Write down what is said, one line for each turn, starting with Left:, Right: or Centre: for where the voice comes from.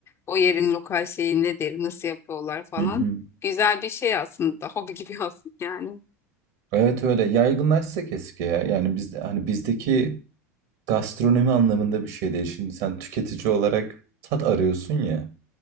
Left: o yerin lokal şeyi nedir, nasıl yapıyorlar falan.
Right: Hı hı.
Left: Güzel bir şey aslında, <laughs> hobi gibi aslında yani.
Right: Evet öyle yaygınlaşsa keşke ya. Yani biz hani bizdeki Gastronomi anlamında bir şey değil. Şimdi sen tüketici olarak tat arıyorsun ya.